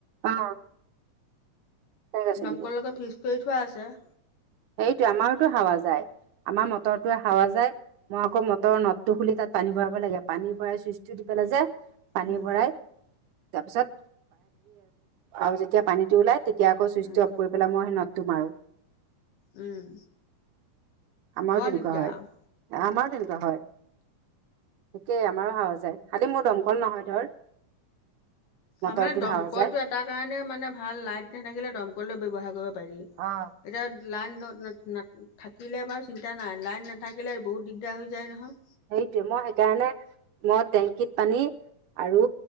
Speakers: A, on the right; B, on the left.
A: অ তেনেকে চলিব
B: দমকলৰ লগত ফিক্স কৰি থোৱা আছে
A: সেইটো আমাৰোতো হাৱা যায় আমাৰ মটৰটোৱে হাৱা যায় মই আকৌ মটৰৰ নদটো খুলি তাত পানী ভৰাব লাগে পানী ভৰাই চুইচটো দি পেলাই যে পানী
B: উম
A: ভৰাই তাৰপিছত আৰু যেতিয়া পানীটো ওলাই তেতিয়া এতিয়াকৌ ছুইচ
B: উম
A: অফ কৰি পেলাই মই নদটো মাৰো
B: উম
A: আমাৰো
B: বৰ
A: তেনেকুৱা
B: দিগদাৰ
A: হয় আমাৰো তেনেকুৱা হয় তাকেই আমাৰো হাৱা যায় খালি মোৰ দমকল নহয় ধৰ মটৰটোত
B: আমাৰ দমকলটো
A: হাৱা যায়
B: এটা কাৰণে মানে ভাল লাইট নাথাকিলে দমকলটো ব্যৱহাৰ কৰিব পাৰি
A: অ
B: এতিয়া লাইন না থাকিলে বাৰু চিন্তা নাই লাইন নাথাকিলে বহুত দিগদাৰ হৈ যায় নহয়
A: সেইটোৱে মই সেইকাৰণে মই টেংকিত পানী আৰু